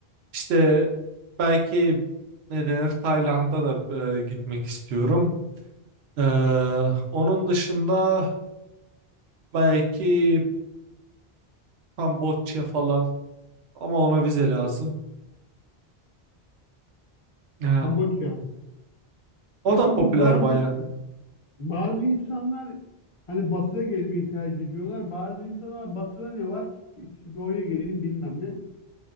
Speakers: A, on the right; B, on the left.
A: İşte belki ne denir Tayland'a da e, gitmek istiyorum. E, onun dışında belki Kamboçya falan ama ona vize lazım. E,
B: Kamboçya.
A: o
B: Peki
A: da popüler
B: bu bazı
A: baya.
B: bazı insanlar hani batıda gezmeyi tercih ediyorlar. Bazı insanlar batıda ne var? İşte doğuya gelin bilmem ne.